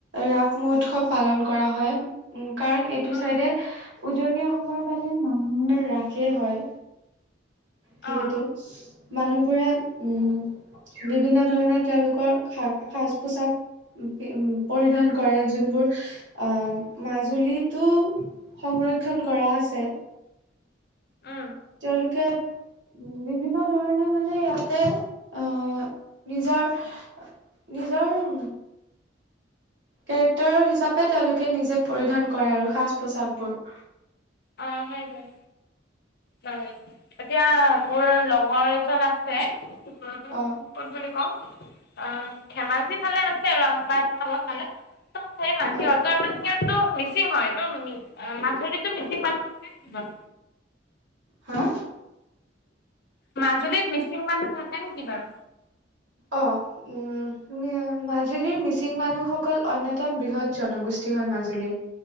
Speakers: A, on the right (about 75°); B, on the left (about 60°).
A: ৰাস মহোৎসৱ পালন কৰা হয় উ। কাৰণ এইটো
B: উম
A: চাইডে। উজনি অসমৰ ফালে মানুহৰ ৰাসেই হয়। যিহেতু
B: অ
A: মানুহবোৰে উম। বিভিন্ন। ধৰণৰ তেওঁলোকৰ স সাজ পোচাক উম পৰিধান কৰে যোনবোৰ আহ মাজুলীতো সংৰক্ষণ কৰা আছে।
B: উম
A: তেওঁলোকে উ বিভিন্ন ধৰণে মানে ইয়াতে আহ নিজৰ নিজৰ উ কেৰেক্টাৰৰ হিচাপে তেওঁলোকে নিজে পৰিধান কৰে আৰু সাজ -পোচাকবোৰ।
B: অ হয় হয় বাই। এতিয়া মোৰ লগৰ এজন আছে। হে। তহঁতে
A: অ
B: ক'ত গলি কম। অ ধেমাজি ফালে আছে ৰাস আপাৰ আচামৰ ফালে। সিহঁতৰ সেয়া সিহঁতৰ
A: অ',
B: মানে সিহঁতে। তটো মিচিং হয় তটো। অ মাছ ভাজিটো মিচিং। থাকে কিমান।
A: হা
B: মাজুলীত। মিচিং মানুহ থাকে নেকি বাৰু?
A: অ উম এনে। মাজুলীৰ মিচিং মানুহসকল অন্যতম বৃহৎ জনগোষ্ঠী হয় মাজুলীৰ।